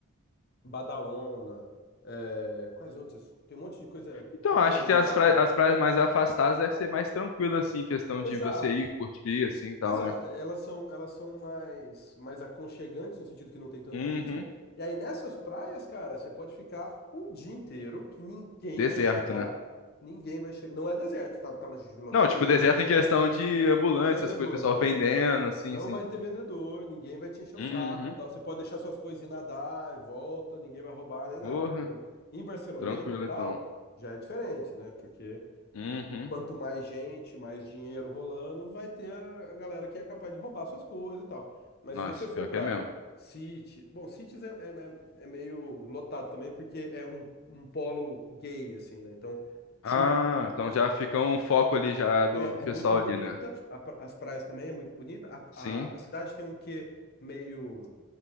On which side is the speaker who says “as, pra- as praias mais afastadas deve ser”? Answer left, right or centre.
Left